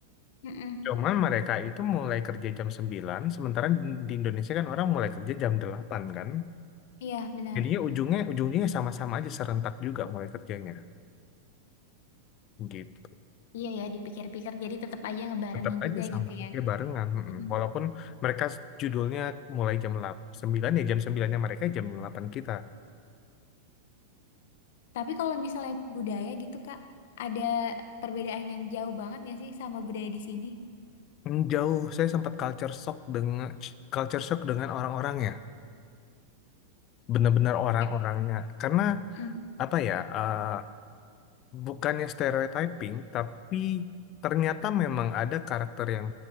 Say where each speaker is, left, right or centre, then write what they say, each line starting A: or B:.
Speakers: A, on the left; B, on the left.
A: Mm-mm.
B: Cuman mereka itu mulai kerja jam 9 sementara di Indonesia kan orang mulai kerja jam 8 kan.
A: Iya, benar.
B: Jadinya ujungnya ujungnya sama-sama aja serentak juga mulai kerjanya gitu.
A: Iya ya, dipikir-pikir jadi tetap aja ngebarengin
B: tetap aja
A: juga
B: sama
A: gitu ya.
B: ya barengan mm.
A: Mm-mm.
B: walaupun mereka judulnya mulai jam lap- 9 ya jam 9-nya mereka jam delapan kita
A: Tapi kalau misalnya budaya gitu, Kak, ada perbedaan yang jauh banget gak sih sama budaya di sini?
B: Mm, jauh saya sempat culture shock dengan culture shock dengan orang-orangnya benar-benar orang-orangnya
A: Ya.
B: karena
A: Mm.
B: apa ya eh, bukannya stereotyping tapi ternyata memang ada karakter yang